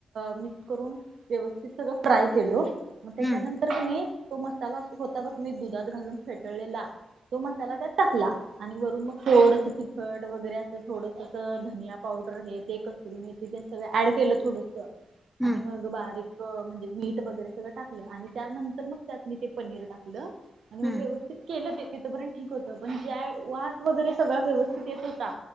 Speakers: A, on the right (about 85°); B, in the centre.
A: मिक्स करून व्यवस्थित सगळ फ्राय केलो. मग त्याच्यानंतर
B: हम्म
A: की नाही तो मसाला होता बघ मी दुधात घालून फेटळलेला तो मसाला त्यात टाकला. आणि वरून मग थोडस ति खट वगैरे अस थोडस धनिया पावडर हे ते कस्तुरी मेथी सगळ ऍड केल थोडस. आणि
B: हम्म
A: मग बारीक म्हणजे मीठ वगैरे सगळ टाकल आणि त्यानंतर मग त्यात मी ते पनीर टाकल आणि मग
B: हम्म
A: व्यवस्थित केल ते तिथपर्यंत ठीक होत. पण ज्या वास वगैरे सगळा व्यवस्थित येत होता.